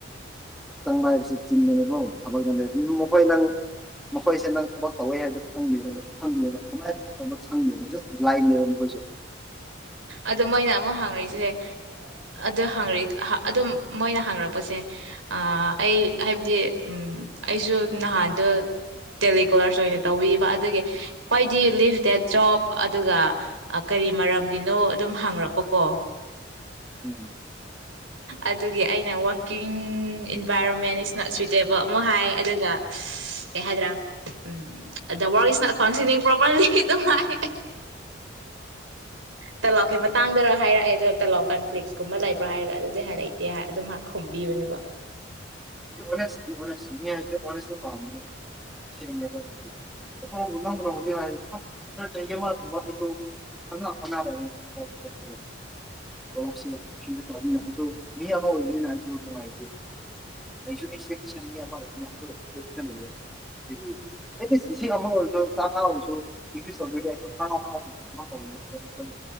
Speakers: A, in the centre; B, on the right.
A: ꯃꯈꯈꯣꯏ ꯅꯪ ꯃꯈꯣꯏꯁꯦ ꯅꯪ ꯊꯕꯛ ꯇꯧꯋꯦ ꯍꯥꯏꯕꯗ ꯈꯗ ꯈꯪꯗꯦꯕ ꯀꯃꯥꯏꯅ ꯊꯕꯛ ꯇꯧꯅ ꯈꯪꯗꯦꯕ ꯖꯁ ꯕ꯭ꯂꯥꯏꯟꯅꯦꯕ ꯃꯈꯣꯏꯁꯨ
B: ꯑꯗꯣ ꯃꯣꯏꯅ ꯑꯃꯨꯛ ꯍꯪꯔꯤꯁꯤꯁꯦ ꯑꯗꯨ ꯍꯪ ꯑꯗꯨꯝ ꯃꯣꯏꯅ ꯍꯥꯡꯔꯛꯄꯁꯦ ꯑꯩ ꯍꯥꯏꯕꯗꯤ ꯎꯝ ꯑꯩꯁꯨ ꯅꯍꯥꯟꯗꯣ ꯇꯦꯂꯤꯀꯣꯂꯔꯁ ꯑꯣꯏꯅ ꯇꯧꯕꯤꯕ ꯑꯗꯨꯒꯤ why did you leave that job ꯑꯗꯨꯒ ꯀꯔꯤ ꯅꯣ ꯑꯗꯨꯝ ꯍꯥꯡꯉꯛꯄ ꯑꯣ
A: ꯎꯝ
B: ꯑꯗꯨꯒꯤ ꯑꯩꯅ ꯋꯥꯔꯀꯤꯡ ꯏꯟꯚꯥꯏꯔꯣꯟꯃꯦꯟ ꯅꯣꯠ ꯁꯨꯏꯇꯦꯕ ꯑꯃꯨꯛ ꯍꯥꯏ ꯑꯗꯨꯒ ꯀꯩ ꯍꯥꯏꯗ꯭ꯔꯥ ꯎꯝ ꯑꯗ work is not functioning properly ꯑꯗꯨ ꯍꯥꯏ ꯇꯂꯣꯞꯀꯤ ꯃꯇꯥꯡꯗꯔ ꯍꯥꯏꯔꯛꯑꯦ ꯑꯗꯣ ꯇꯂꯥꯎ ꯀꯟꯐ꯭ꯂꯤꯛꯁꯀꯨꯝꯕ ꯂꯩꯕ꯭ꯔꯥ ꯍꯥꯏꯔꯒ ꯑꯗꯨꯗꯤ ꯍꯥꯏꯔꯛꯏꯇꯦ ꯑꯗꯨꯝꯥꯏꯍ ꯈꯣꯝꯕꯤꯕꯅꯦꯕ
A: ꯍꯥꯏꯕꯁꯦꯁꯇ ꯄꯥꯝꯕꯅꯦꯕ ꯑꯁꯦꯡꯕ ꯅꯧ ꯅ ꯍꯧꯁꯛ ꯍꯥꯏꯔ ꯆꯍꯤ ꯑꯃꯒꯨꯝꯕ ꯑꯩꯁꯨ ꯐꯖꯅ ꯍꯣꯠꯅꯔꯛꯑꯦ ꯑꯗꯨꯒ ꯃꯈꯣꯏꯁꯦꯁꯦ ꯍꯤꯡꯒꯠꯇꯕꯅꯤꯅ ꯑꯩꯁꯨ ꯍ ꯏꯕ ꯅ ꯍꯥꯏꯥꯏꯦ ꯁꯄꯁꯟ ꯑꯗꯒꯤ ꯑꯦꯠꯁ ꯂꯤꯁꯤꯡ ꯑꯃ ꯑꯣꯏꯔꯁꯨ ꯆꯥꯝꯃꯉꯥ ꯑꯣꯏꯔꯁꯨ ꯏꯁ ꯇꯧꯕꯤꯔ ꯑꯩꯁꯨ ꯍꯔꯥꯎꯔꯥꯎ ꯇꯧꯕꯅꯦ ꯑꯣ ꯑꯩꯈꯣꯏ